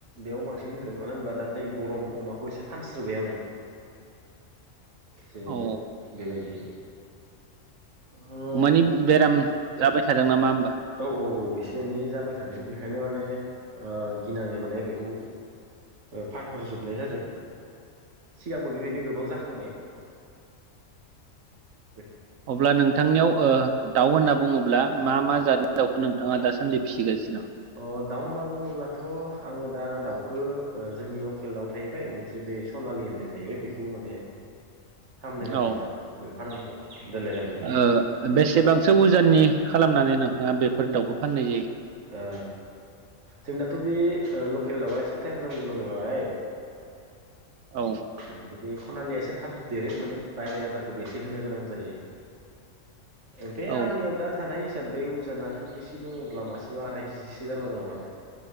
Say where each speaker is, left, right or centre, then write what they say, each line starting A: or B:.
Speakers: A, on the right (about 60°); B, on the right (about 80°).
A: बेयाव बांसिन होदों मानो होनबा दा नैे गरम अमाखौ एसे फानस्रोबाय आङो एसे
B: औ
A: बे बेबायदि ओ
B: अमानि बेराम जाबाय थादों नामा
A: औ औ औ एसे एनै जाबाय थादों बे बेंखायनो माने ओ गिनानै माने बेखौ फानहरजोबनाय जादों सिगांबो बेबायदिनो गोबां जाखांबाय <unintelligible>
B: अब्ला नोंथांनियाव ओ दाउ होनना बुङोब्ला मा मा जादनि दाउखौ नोंथाङा दासान्दि फिसिगासिनो दं
A: अ दाउ होनना बुङोब्लाथ' आङो दा दाउखौ जोंनि लकेल दाउ थाहैबाय मोनसे बे सनालि होननाय थायोबाय बेखौ माने हामनाय जादों
B: औ
A: आरो बे फारामखौ दोननाय जादों आरो।
B: ओ बेसेबांसो उजाननि खालामनानै नोंथाङा बेफोर दाउखौ फाननाय जायो।
A: ओ। जोंनाथ' बे लकेलावा एसे टाइम नांगौ नांलाय।
B: औ
A: आम बे खनालिया एसे थाब देरो माने बायनाय आदारखौबो एसे होनो गोनां जायो। ओमफाय
B: औ
A: आंनियाव दा थानाय। हिसाब बे उजाना खोब बेसे दङब्ला मासे आराय केजिसो जाना दङ आरो